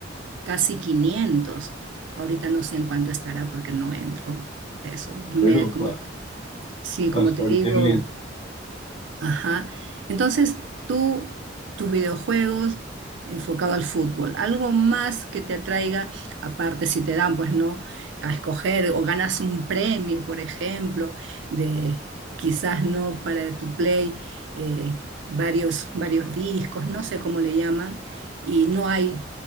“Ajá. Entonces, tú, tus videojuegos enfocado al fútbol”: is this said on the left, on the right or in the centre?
Right